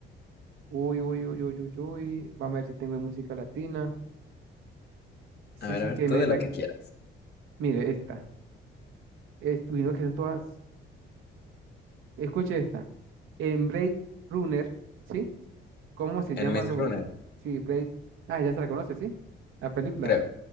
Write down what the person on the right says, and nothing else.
Uy, uy, uy, uy, uy, uy. Vamos a ver si tengo música latina. Sí,
sí,
que
me,
me-
Mire, esta. Es, uy, no, que son todas... Escuche esta. En Blade Runner, ¿sí? ¿Cómo se
llaman
los...
Sí, Blade... Ah, ya se la conoce, ¿sí? La película.